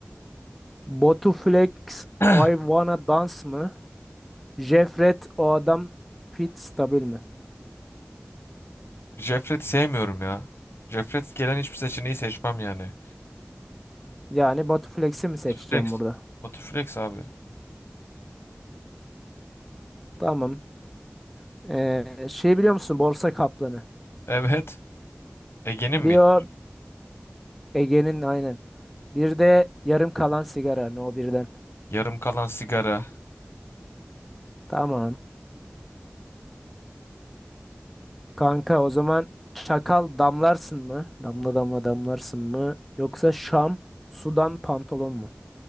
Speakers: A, in the centre; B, on the left.
A: Batu Flex
B: <clears throat>
A: I Wanna Dance mı? Jefret o adam fit stabil mi?
B: Jefret sevmiyorum ya. Jefret gelen hiçbir seçeneği seçmem yani.
A: Yani Batu Flex'i mi seçeceğim
B: Flex.
A: burada?
B: Batu Flex abi.
A: Tamam. Ee, şey biliyor musun? Borsa kaplanı.
B: Evet. Ege'nin
A: Bir
B: miydi?
A: o Ege'nin aynen. Bir de yarım kalan sigara. No birden.
B: Yarım kalan sigara.
A: Tamam. Kanka o zaman çakal damlarsın mı? Damla damla damlarsın mı? Yoksa Şam sudan pantolon mu?